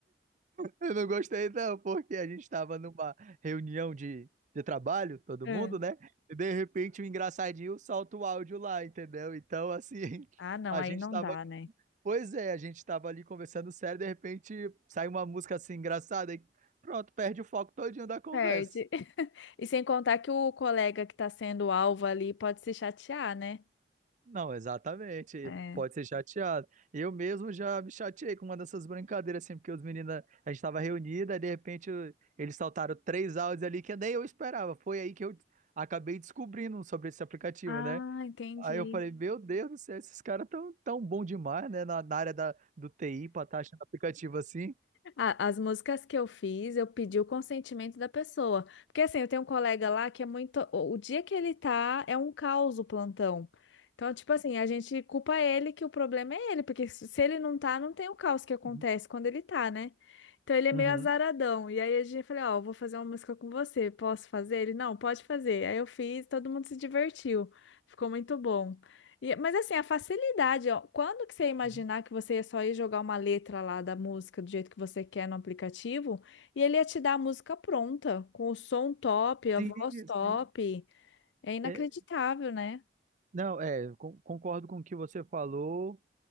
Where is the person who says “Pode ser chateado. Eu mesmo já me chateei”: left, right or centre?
Right